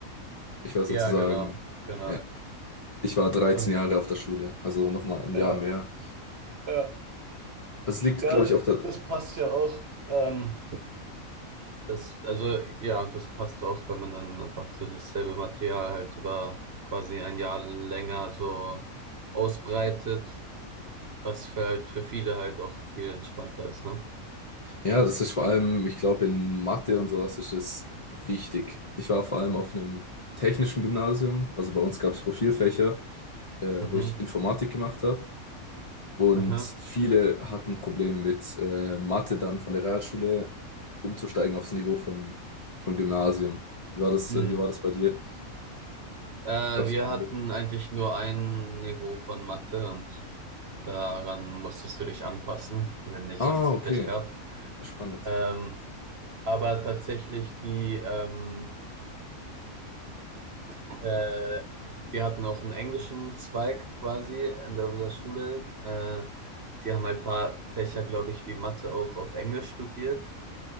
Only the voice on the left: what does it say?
Ich war sozusagen,
ja, Ich war 13
Jahre auf der Schule, also nochmal ein
Jahr mehr.
Also es liegt,
glaube
ich, auch da.
Ja, das ist vor allem, ich glaube, in Mathe und sowas ist es wichtig. Ich war vor allem auf einem technischen Gymnasium, also bei uns gab es Profilfächer, äh,
wo ich Informatik gemacht habe. Und
viele hatten Probleme mit äh, Mathe dann von der Realschule umzusteigen aufs Niveau von, von Gymnasium. Wie war das,
äh, wie war das bei dir?
Gab es
da Probleme?
Ah,
okay.
Spannend.